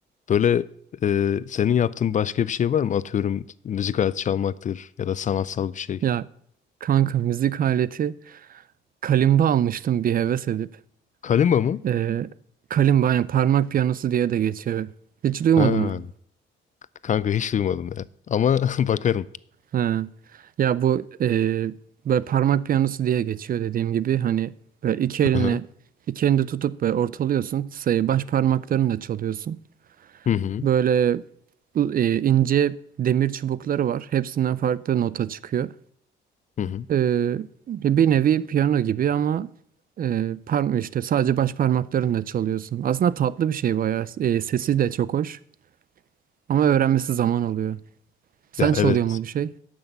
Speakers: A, on the left (about 40°); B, on the right (about 45°).
A: Böyle e, senin yaptığın başka bir şey var mı? Atıyorum müzik aleti çalmaktır ya da sanatsal bir şey.
B: Ya kanka müzik aleti kalimba almıştım bir heves edip.
A: Kalimba mı?
B: Ee, kalimba yani parmak piyanosu diye de geçiyor. Hiç duymadın
A: Ha.
B: mı?
A: Kanka hiç duymadım ya. Ama <laughs> bakarım.
B: Ha. Ya bu e, böyle parmak piyanosu diye geçiyor dediğim gibi. Hani böyle iki elini
A: Hı hı.
B: iki elinde tutup böyle ortalıyorsun sayı baş parmaklarını da çalıyorsun.
A: Hı hı.
B: Böyle e, ince demir çubukları var. Hepsinden farklı nota çıkıyor.
A: Hı hı.
B: E, bir nevi piyano gibi ama e, parm işte sadece baş parmaklarınla çalıyorsun. Aslında tatlı bir şey bayağı. E, sesi de çok hoş ama öğrenmesi zaman alıyor. Sen
A: Ya
B: çalıyor
A: evet.
B: mu bir şey?